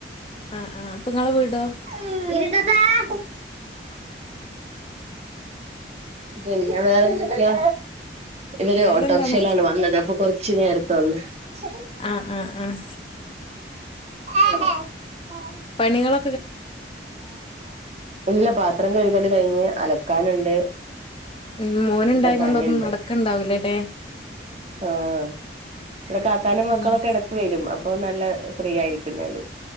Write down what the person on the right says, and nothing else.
<unintelligible> പിന്നെ വേറെ എന്തൊക്കെയാ ഇവര്
ഓട്ടോറിക്ഷയിലാണ് വന്നത് അപ്പൊ കുറച്ചു നേരതെ വന്ന്
ആ <unintelligible>
ഇല്ല പാത്രം കഴുകല് കഴിഞ്ഞ് അലക്കാനുണ്ട്
ഒക്കെ
പണിയുണ്ട്
ആഹ് ഇവടെ കാക്കാന്റെ മക്കളൊക്കെ
എടക്ക് വരും അപ്പൊന്നാ ല്ല പ്രിയ ആയിരിക്കും ഞാന്